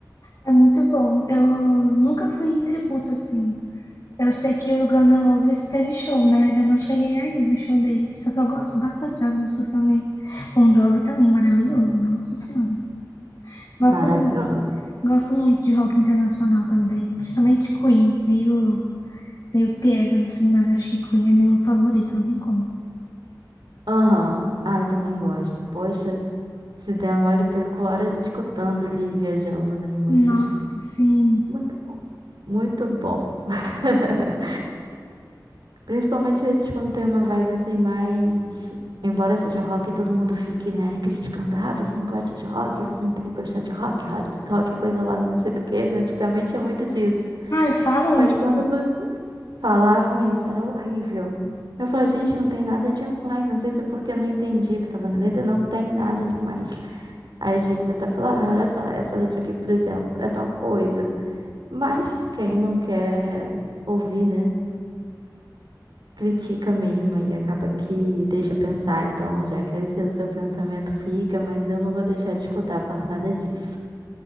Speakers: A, on the left; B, on the right.
A: É muito bom. Eu nunca fui em tributo assim. Eu sei que o Guns N' Roses teve show, né? Mas eu não cheguei aí no show deles. Só que eu gosto bastante das músicas também. Bon Jovi também, maravilhoso. Nossa Senhora. Gosto
B: Maravilhoso.
A: muito. Gosto muito de rock internacional também. Principalmente Queen. Meio, meio piegas, assim, mas acho que Queen é meu favorito, não tem como.
B: Aham. Ah, eu também gosto. Poxa. Se der mole, eu perco horas escutando ali, viajando nas músicas.
A: Nossa, sim.
B: Muito bom. Muito bom. <laughs> Principalmente esses quando tem uma vibe assim mais. Embora seja rock, todo mundo fique, né, criticando. Ah, você não gosta de rock, você não tem que gostar de rock, rock, rock é coisa lá não sei do quê, né? Antigamente é muito disso.
A: Ai, falam
B: Mas
A: isso?
B: quando você falavam isso, era horrível. Eu falava, gente, não tem nada demais. Não sei se é porque eu não entendi o que tava na letra, não tem nada demais. Às vezes até falar, "Ah, olha só, essa letra aqui, por exemplo, é tal coisa. Mas quem não quer ouvir, né? Critica mesmo e acaba que deixa pensar. Então, já que esse é o seu pensamento, fica, mas eu não vou deixar de escutar por nada disso.